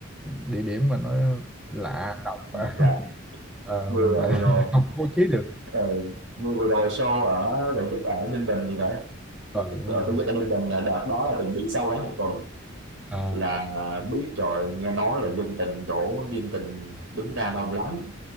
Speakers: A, in the centre; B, on the right.
A: địa điểm mà nó lạ độc
B: hoặc
A: <laughs>
B: là
A: Ờ,
B: vừa
A: mình lại
B: vừa
A: <laughs>
B: rồi
A: không bố trí được
B: ờ, vừa vừa rồi show ở tổ chức ở Ninh Bình thì phải
A: ờ
B: ở
A: đúng rồi
B: Thủ Dầu Tại Ninh Bình là đợt đó là từng đi sâu đó một tuần
A: à,
B: là biết rồi nghe nói là dân tình đổ dân tình đứng ra đông lắm